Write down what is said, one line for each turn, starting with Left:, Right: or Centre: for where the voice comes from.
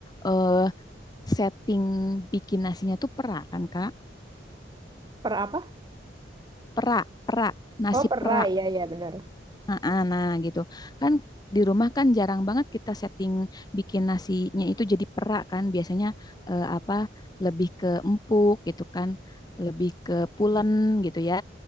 Left: eh, setting bikin nasinya tuh perak kan Kak?
Right: Per apa?
Left: Perak, perak, nasi
Right: Oh, per
Left: perak.
Right: ya, ya, benar.
Left: Nah, nah gitu. Kan di rumah kan jarang banget kita setting bikin nasinya itu jadi perak kan. Biasanya eh, apa lebih ke empuk gitu kan, lebih ke pulen gitu ya.